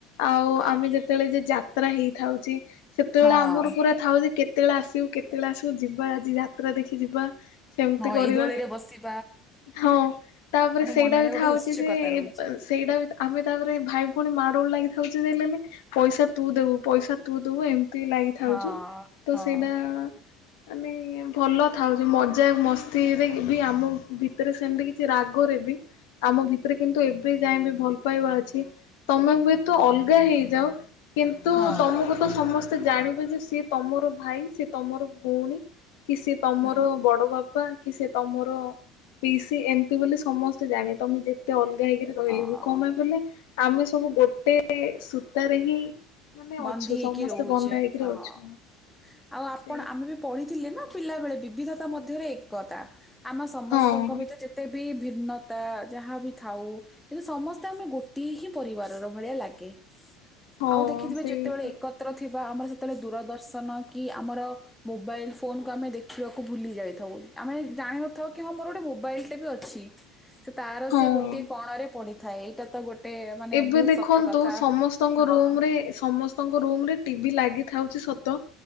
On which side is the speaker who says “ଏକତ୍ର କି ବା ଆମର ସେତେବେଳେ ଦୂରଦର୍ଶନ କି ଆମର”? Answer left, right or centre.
Centre